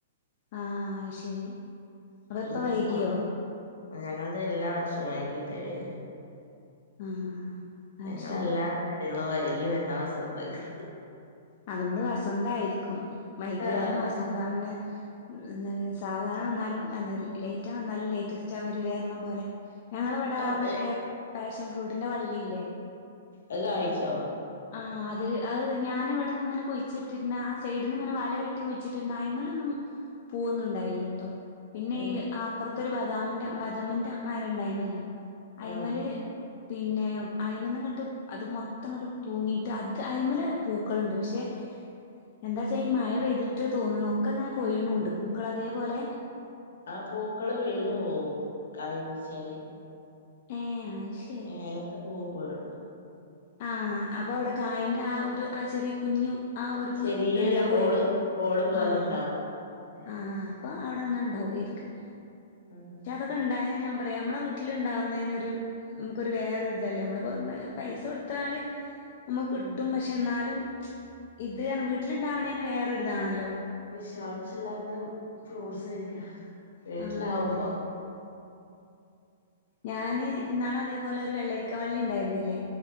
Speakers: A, on the left (about 40°); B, on the left (about 85°).
A: ആഹ് അഹ് ശരി അപ്പ ഇപ്പ
B: ഇത്
A: വൈകിയോ
B: സ ഞങ്ങൾതെ എല്ലാ വർഷവും വൈകിയിട്ട വെര
A: ആഹ് അത്
B: ഞങ്ങളെല്ലാ
A: ശരി
B: കാര്യങ്ങളും വൈകി വര്ണ വസന്തെങ്ങള
A: അതുകൊണ്ട് വസന്തായിരിക്കും വൈകിയാലും
B: ആഹ്
A: വസന്ത അവിടെ എന്താണ് സാവധാനം വന്നാലും എന്ത ലേറ്റാ വന്നാലും ലേറ്റസ്റ്റാ വരുവാ പറഞ്ഞ പോലെ ഞങ്ങളവെട
B: അതെ
A: ആ മറ്റേ പാഷൻ ഫ്രൂട്ടിന്റെ വള്ളിയില്ലേ?
B: അത് കായ്ച്ചോ?
A: ആഹ് അത് അഹ് ഞാന് ഇവട്ന്ന് ഇങ്ങനെ കൊഴിച്ചിട്ടിര്ന്ന ആ സൈഡിന്ന് ഇങ്ങനെ വല കെട്ടി കുഴിച്ചിട്ടിണ്ട് അയ്മലൊന്നും പൂവൊന്നും ഉണ്ടായില്ലട്ടോ? പിന്നെ
B: ഉം
A: ഈ ആ അപ്പുറത്തൊരു ബദാമിന്റെ ബദാമിന്റെ മര ഇണ്ടായിനല്ലോ അയിമല്
B: ആഹ്
A: പിന്നെ അയിമന്ന് ഇങ്ങട്ട് അത് മൊത്തം ഇങ്ങട്ട് തൂങ്ങിയിട്ട് അത് അയ്മല പൂക്കള്ണ്ട് പക്ഷെ എന്താ
B: ഉം
A: ചെയ്യാ മഴ പെയ്തിട്ട് ട്ട് തോന്നുന്നു ഒക്കെ ഇങ്ങനെ കൊയ്യ്ണുണ്ട് പൂക്കള് അതേപോലെ
B: ആ പൂക്കള് വീണ് പോവും കായി പുടിച്ചാല്
A: ഏഹേ അഹ് ശെരി
B: മേലത്ത് പൂവ് പോരു
A: ആഹ് അപ്പൊ അവിടെ കായന്റെ ആഹ് ഒരു ചെറിയ കുഞ്ഞു ആഹ് ഒരു
B: ചെറിയൊരു
A: ഇത്ണ്ടാവുമായിരിക്കും
B: ബോള് ബോള് പോലെണ്ടാവും.
A: ആഹ് ആഹ് പ്പൊ അവിടെന്ന ഉണ്ടാവായിരിക്കും
B: ഉം
A: അതൊണ്ടായ ഞാൻ പറയാ നമ്മെ വീട്ടിലുണ്ടാവുന്നതിനൊരു നമുക്കൊരു വേറൊരിതല്ലേ നമ്മള് പൈസ കൊടുത്താൽ നമുക്ക്
B: ഉം
A: കിട്ടും പക്ഷെ എന്നാലും ഇത വീട്ടിലുണ്ടാവണന് വേറൊരിതാണല്ലോ
B: വിഷാംശല്ലാത്ത ഫ്രൂട്ട്സ് കഴിക്ക വീട്ടിലാവുമ്പോ
A: ആഹ് അതെ ഞാന് ഇന്നാള് അതേപോലെ ഒരു വെള്ളരിക്ക വള്ളി ഉണ്ടായിരുന്നില്ലേ